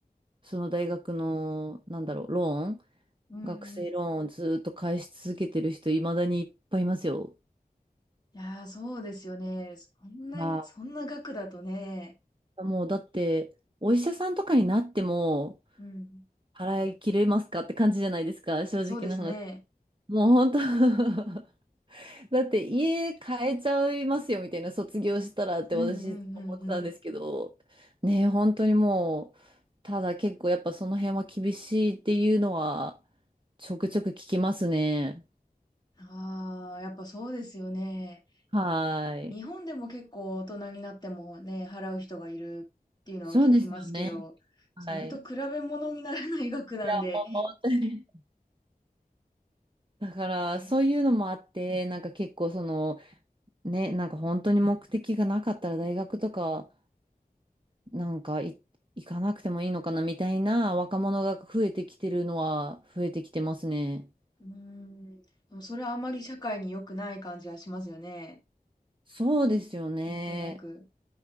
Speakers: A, on the right; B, on the left.
A: その大学の、なんだろう、ローン、
B: うーん。
A: 学生ローンをずっと返し続けてる人、未だにいっぱいいますよ。
B: いやー、そうですよね。そんなに、
A: はい
B: そんな額だとね。
A: もうだって、お医者さんとかになっても、
B: うん。
A: 払い切れますかって感じじゃないですか、正直な話。
B: そうですね。
A: もう本当 <laughs> だって家変えちゃいますよみたいな卒業したらって私いつも思ってたんですけど、
B: うんうんうんうん。
A: ねえ、本当にもう、ただ結構やっぱその辺は厳しいっていうのは、ちょくちょく聞きますね。
B: ああ、やっぱそうですよね。
A: はい。
B: 日本でも結構大人になってもね、払う人がいるっていうのは聞きますけど、
A: そうですよね。はい。
B: それと比べ物にならない額なんで、
A: いや、もう本当に。だから、
B: え、
A: そういうのもあって、なんか結構その、ね、なんか本当に目的がなかったら大学とかなんかい行かなくてもいいのかなみたいな若者が増えてきてるのは増えてきてますね。
B: うーん。でもそれはあまり社会に良くない感じはしますよね。
A: そうですよね。
B: なんとなく。